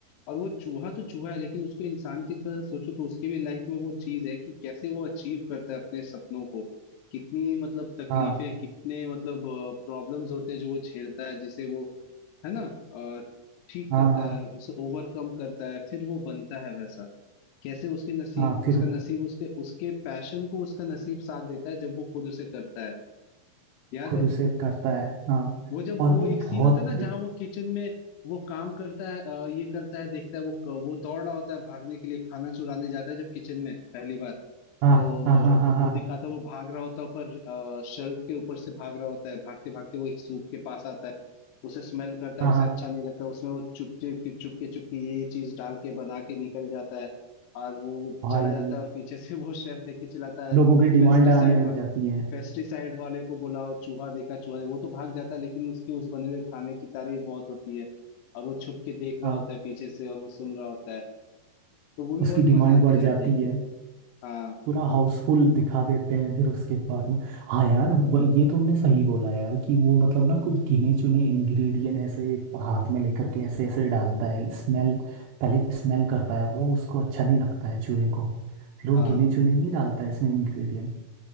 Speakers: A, on the left; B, on the right.
A: और वो चूहा तो चूहा है लेकिन उसको इंसान की तरह सोचो तो उसकी भी लाइफ में वो चीज है कि कैसे वो अचीव करता है अपने सपनों को कितनी मतलब तकलीफें
B: हाँ
A: कितने मतलब प्रॉब्लम्स होते हैं जो वो झेलता है जिसे वो है ना अ, ठीक
B: हाँ
A: करता
B: हाँ
A: है उसे ओवरकम करता है फिर वो बनता है वैसा कैसे उसके नसीब
B: हाँ फिर
A: उसका नसीब उसके उसके पैशन को उसका नसीब साथ देता है जब वो खुद उसे करता है याद
B: खुद
A: है
B: उसे करता है हाँ
A: वो जब
B: और
A: वो
B: वो
A: एक सीन
B: बहुत
A: होता है ना जहाँ वो किचन में वो काम करता है अ, ये करता है देखता है वो वो दौड़ रहा होता है भागने के लिए खाना चुराने जाता है जब किचन में पहली बार
B: हाँ
A: तो
B: हाँ हाँ हाँ हाँ
A: वो दिखाता है वो भाग रहा होता है पर शेल्फ के ऊपर से भाग रहा होता है भागते भागते वो एक सूप के पास आता है उसे स्मेल करता है
B: हाँ
A: उसे
B: हाँ
A: अच्छा नहीं लगता उसमें वो चुप चुप के चुप के चुप के ये ये चीज डाल के बना के निकल जाता है और वो
B: भाई
A: चला जाता है और पीछे से वो शेफ देख के चिल्लाता है
B: लोगों की डिमांड
A: पेस्टिसाइड
B: आने लग
A: वाला
B: जाती है
A: पेस्टिसाइड वाले को बुलाओ चूहा देखा चूहा देखा वो तो भाग जाता है लेकिन उसकी उस बने हुए खाने की तारीफ बहुत होती है और वो छुप के देख रहा
B: हाँ
A: होता है पीछे से और वो सुन रहा होता है तो वो भी
B: उसकी
A: बहुत
B: डिमांड
A: मजा आता
B: बढ़
A: है यार
B: जाती
A: देख
B: है
A: के हाँ
B: पूरा हाउसफुल दिखा देते हैं फिर उसके बाद वो हाँ यार
A: वो
B: वो-
A: तो
B: ये तुमने सही बोला यार कि वो मतलब ना कुछ गिने चुने इंग्रेडिएंट ऐसे हाथ में लेकर के ऐसे ऐसे डालता है स्मेल पहले स्मेल करता है वो उसको अच्छा नहीं लगता है चूहे को फिर वो
A: हाँ
B: गिने चुने नहीं डालता है इसमें इंग्रेडिएंट